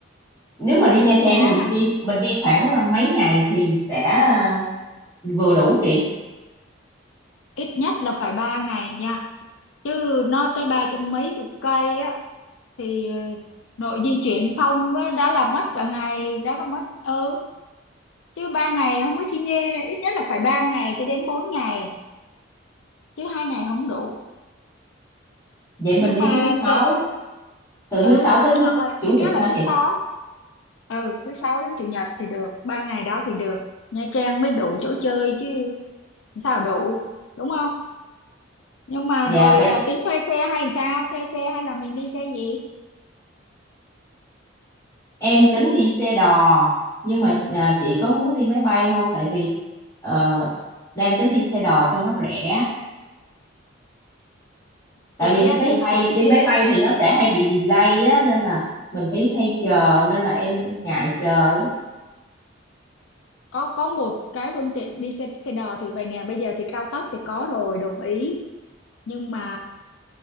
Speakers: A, on the left; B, on the left.
A: nếu mà đi Nha
B: đi với nhà
A: Trang thì mình
B: hả
A: đi mình đi khoảng à, mấy ngày thì sẽ à, vừa đủ chị
B: ít nhất là phải ba ngày nha chứ nó tới ba trăm mấy chục cây á thì nội di chuyển không á, đã là mất cả ngày đã có mất ừ chứ ba ngày không có xi nhê ít nhất là phải ba ngày cho đến bốn ngày chứ hai ngày không đủ
A: vậy mình
B: nhưng
A: đi
B: mà
A: thứ sáu
B: t-
A: từ
B: ừ
A: thứ sáu đến thứ
B: hoặc là
A: chủ
B: ít
A: nhật
B: nhất là
A: hả
B: thứ
A: chị
B: sáu ừ thứ sáu đến chủ nhật thì được ba ngày đó thì được Nha Trang mới đủ chỗ chơi chứ sao đủ đúng không nhưng mà
A: dạ
B: rồi
A: vậy
B: à, tính thuê xe hay sao thuê xe hay là mình đi xe gì
A: em tính đi xe đò nhưng mà à, chị có muốn đi máy bay không tại vì ờ, đang tính đi xe đò cho nó rẻ tại
B: chị
A: vì đi
B: á
A: máy
B: thì
A: bay
B: chị thích
A: đi
B: đi
A: máy bay thì nó sẽ hay bị delay á nên là mình phải hay chờ nên là em em ngại chờ lắm
B: có có một cái phương tiện đi xe xe đò thì vậy nè bây giờ thì cao tốc thì có rồi đồng ý nhưng mà